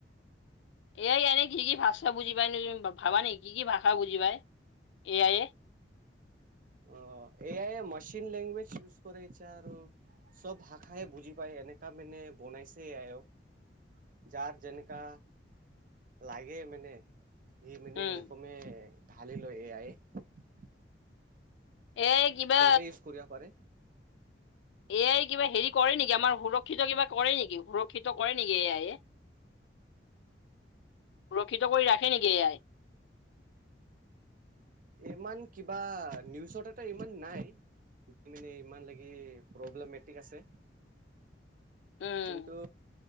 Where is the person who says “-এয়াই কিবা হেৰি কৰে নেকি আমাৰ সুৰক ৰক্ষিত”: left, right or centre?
Left